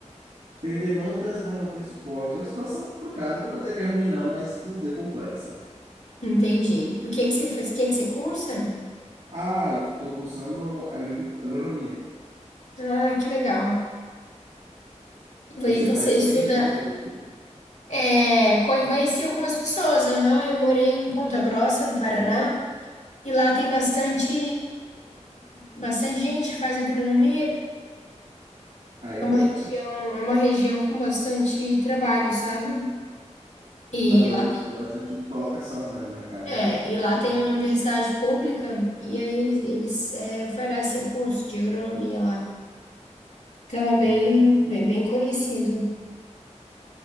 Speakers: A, on the right; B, on the left.
A: Tem demandas, mas não tem suporte. É uma situação complicada. Não pode dizer que é ruim, não, mas vamos dizer complexa.
B: entendi. O que que você faz? O que que você cursa?
A: Ah, eu estou cursando agricu- agronomia.
B: Ah, que legal. E
A: Você
B: aí você
A: conhece
B: estuda.
A: alguém que cursou agronomia?
B: É, co- conheci algumas pessoas. aham, eu morei em Ponta Grossa, no Paraná, e lá tem bastante, bastante gente que faz agronomia.
A: Aí
B: É
A: é
B: uma
A: muito
B: região,
A: legal.
B: é uma região com bastante trabalho, sabe? E
A: Os agrônomos
B: lá,
A: têm bastante colocação, né, no mercado.
B: é, e lá
A: Isso
B: tem
A: é bom.
B: a universidade pública, e aí eles, eles é, oferecem o curso de agronomia lá. Então é bem,
A: Muito bom.
B: bem, bem conhecido.